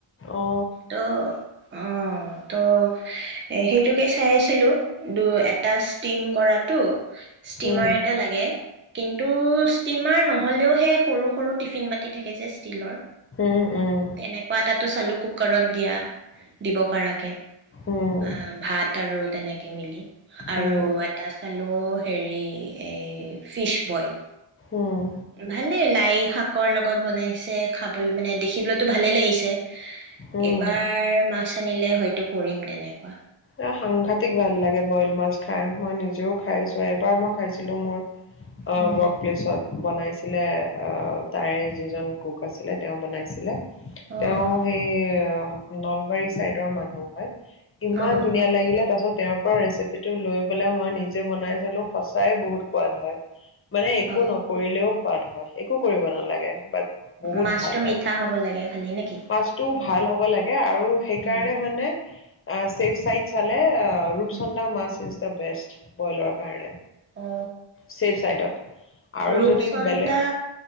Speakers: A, on the left; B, on the right.
A: অ
B: ত, অ' ত। এ সেইটোকে চাইছিলো দু এটা ষ্টিম কৰাত। টো ষ্টিমাৰ
A: উম
B: এটা লাগে। কিন্তু ষ্টিম তোমাৰ নহ'লেও সেই সৰু সৰু টিফিন বাতি থাকে যে ষ্টীলৰ।
A: উম, উম,
B: তেনেকুৱা এটাতো চালো কু কুকাৰত দিয়া। দিব পৰাকে।
A: উম,
B: আ ভাত আৰু তেনেকে কে মিলি আৰু
A: উম,
B: এটা চালো হেৰি। এই ফিছ বইল।
A: উম,
B: ভালে লাই শাক। ক লগত বনাইছে। খাব মানে দেখিবলৈতো ভালেই লাগিছে।
A: উম।
B: এইবাৰ মাছ। আনিলে হয়তো কৰিম তেনেকুৱা।
A: এ সাংঘাতিক ভাল লাগে বইল মাছ খাই। মই নিজেও খাইছো এবাৰ মই খাইছিলো মোৰ অঁ
B: উম
A: ৱৰ্ক প্লেছত। বনাইছিলে তাৰে যিজন কুক আছিলে তেওঁ বনাইছিলে।
B: অ
A: তেওঁ
B: অ
A: সেই, নলবাৰী চাইদৰ মানুহ হয়। ইমান
B: অঁ।
A: ধুনীয়া লাগিলে, তাৰ পাছত তেওঁৰ পৰা ৰেচিপিটো লৈ পেলাই মই নিজে বনাই চালোঁ সঁচাই বহুত সোৱাদ হয়। মানে একো
B: অ
A: নকৰিলেও সোৱাদ হয়। একো কৰিব নালাগে। বাট বহুত
B: মাছটো
A: ভাল হয়
B: মিঠা
A: খাবলৈ।
B: হ'ব লাগে খালি নেকি
A: মাছটোও ভাল হ'ব লাগে আৰু সেইকাৰণে
B: উম
A: মানে অ ৱেবচাইড চালে ৰূপচন্দা
B: উম
A: মাছ দ্যা বেষ্ট। বইলৰ কাৰণে
B: অ
A: চেফ চাইডত আৰু
B: ৰূপচন্দা
A: যদি বেলেগ